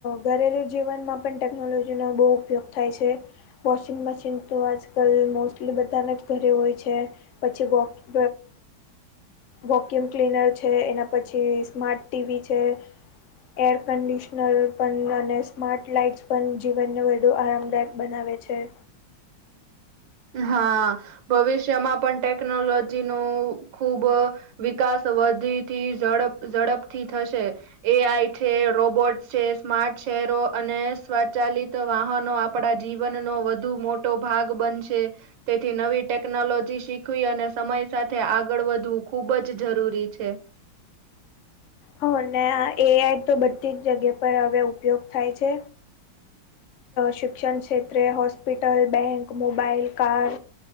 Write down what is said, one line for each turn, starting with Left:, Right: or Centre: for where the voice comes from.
Left: ઘરેલુ જીવનમાં પણ ટેકનોલોજીનો બહુ ઉપયોગ થાય છે વોશિંગ મશીન તો આજકાલ મોસ્ટલી બધાના જ ઘરે હોય છે પછી વોક વોક્યુમ ક્લીનર છે એના પછી સ્માર્ટ ટીવી છે એર કન્ડિશનર પણ અને સ્માર્ટ લાઇટ્સ પણ જીવનને વધુ આરામદાયક બનાવે છે
Right: હા ભવિષ્યમાં પણ ટેકનોલોજી ન ખૂબ વિકાસ વધીથી ઝડપ ઝડપથી થશે એ આઈ છે રોબોટ છે સ્માર્ટ શહેરો અને સ્વચાલિત તો વાહનો આપડા જીવનનોો વધુ મોટો ભાગ બનશે તેથી નવી ટેકનોલોજી શીખવી અને સમય સાથે આગળ વધવું ખૂબ જ જરૂરી છે
Left: હ ને એ આઈ તો બધી જ જગ્યા પર હવે ઉપયોગ થાય છે શિક્ષણ ક્ષેત્રે હોસ્પિટલ બેંક મોબાઈલ કાર